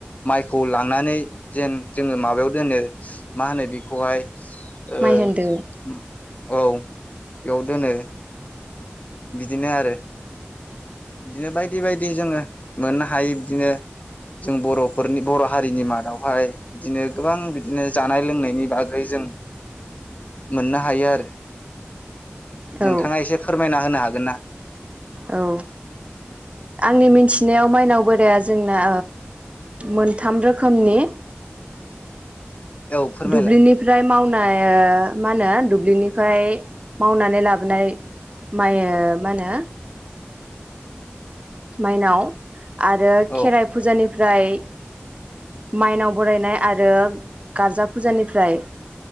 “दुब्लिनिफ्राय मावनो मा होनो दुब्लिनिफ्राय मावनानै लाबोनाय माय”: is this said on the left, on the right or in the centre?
Right